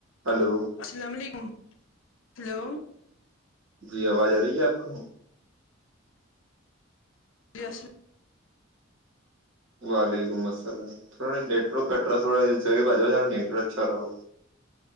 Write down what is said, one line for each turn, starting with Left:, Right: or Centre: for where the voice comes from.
Right: Hello
Left: السلام علیکم hello
Right: جی آواز آ رہی ہے آپ کو
Left: جیس
Right: وعلیکم السلام تھڑا نیٹورک کٹرا تھوڑا اس جگہ پہ جای س اچھا رہو